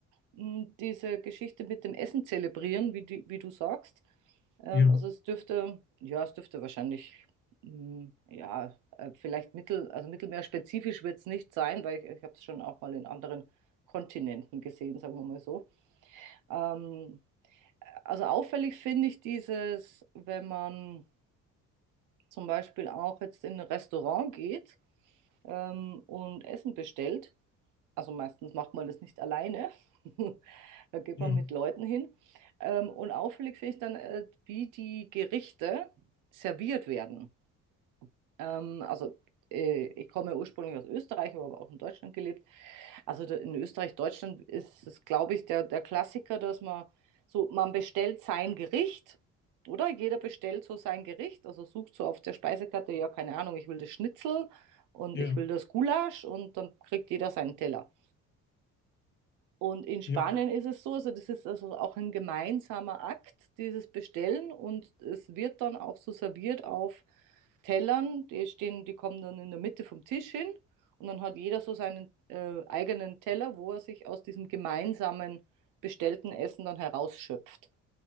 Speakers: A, on the right; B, on the left.
A: m, diese Geschichte mit dem Essen zelebrieren, wie, die, wie du sagst. Ähm,
B: Ja,
A: also es dürfte, ja, es dürfte wahrscheinlich, m, ja, äh, vielleicht Mittel, also mittelmeerspezifisch wird es nicht sein, weil ich, ich habe es schon auch mal in anderen Kontinenten gesehen, sagen wir mal so. Ähm, also auffällig finde ich dieses, wenn man zum Beispiel auch jetzt in ein Restaurant geht ähm, und Essen bestellt. Also meistens macht man das nicht alleine. <laughs> Da geht
B: ja.
A: man mit Leuten hin. Ähm, und auffällig finde ich dann, äh, wie die Gerichte serviert werden. Ähm, also äh, ich komme ursprünglich aus Österreich, habe aber auch in Deutschland gelebt. Also da- in Österreich, Deutschland ist es, glaube ich, der, der Klassiker, dass man so, man bestellt sein Gericht, oder? Jeder bestellt so sein Gericht, also sucht so auf der Speisekarte, ja, keine Ahnung, ich will das Schnitzel und
B: Ja,
A: ich will das Gulasch und dann kriegt jeder seinen Teller. Und in Spanien
B: ja,
A: ist es so, also das ist also auch ein gemeinsamer Akt, dieses Bestellen. Und es wird dann auch so serviert auf Tellern. Die stehen, die kommen dann in der Mitte vom Tisch hin. Und dann hat jeder so seinen äh, eigenen Teller, wo er sich aus diesem gemeinsamen bestellten Essen dann herausschöpft.